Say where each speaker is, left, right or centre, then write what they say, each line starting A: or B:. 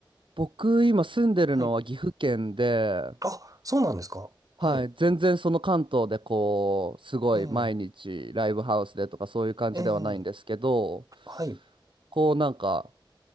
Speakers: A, on the right (about 75°); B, on the right (about 45°).
A: 僕今住んでるのは岐阜県で
B: はい。あ、そうなんですか。はい。
A: はい、全然その関東でこうすごい毎日ライブハウスでとかそういう感じではないんですけど
B: ええええはい。
A: こうなんか